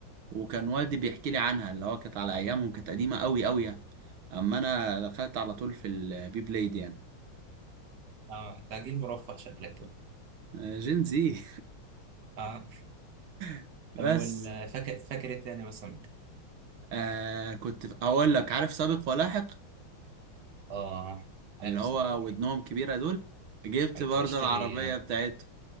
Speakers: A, on the right; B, on the right.
A: وكان والدي بيحكي لي عنها اللي هو كانت على ايامهم كانت قديمه قوي قوي يعني اما انا دخلت على طول في البي بلاي دي يعني
B: اه ده جيل مرفه شكلك كده
A: آه، جين زي
B: اه
A: <laughs>
B: طب
A: بس
B: وال- فاكر فاكر ايه تاني مثلا
A: آه كنت في- اقول لك عارف سابق ولاحق
B: اه عارف
A: اللي هو
B: سباق واحد
A: ودنهم كبيرة دول جبت
B: كنت
A: برضه
B: بشتري
A: العربية بتاعته